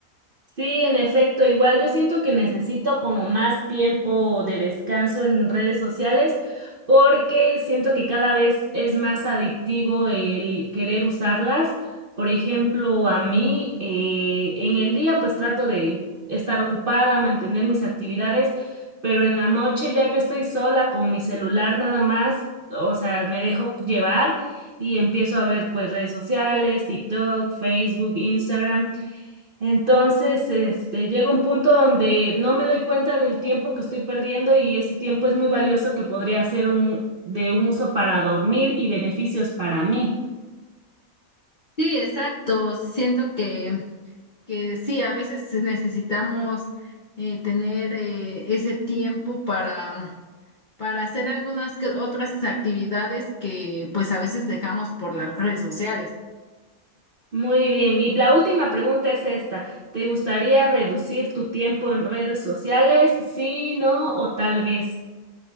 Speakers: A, on the right (about 45°); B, on the left (about 40°).
A: Sí, en efecto, igual yo siento que necesito como más tiempo de descanso en redes sociales porque siento que cada vez es más adictivo el querer usarlas. Por ejemplo, a mí eh, en el día pues trato de estar ocupada, mantener mis actividades, pero en la noche ya que estoy sola con mi celular nada más, o sea, me dejo llevar y empiezo a ver pues redes sociales, TikTok, Facebook, Instagram. Entonces, este, llega un punto donde no me doy cuenta del tiempo que estoy perdiendo y ese tiempo es muy valioso que podría ser un, de un uso para dormir y beneficios para mí.
B: Sí, exacto, siento que que sí, a veces necesitamos eh, tener eh, ese tiempo para, para hacer algunas que otras actividades que pues a veces dejamos por las redes sociales.
A: Muy bien, y la última pregunta es esta. ¿Te gustaría reducir tu tiempo en redes sociales? Sí, no, o tal vez.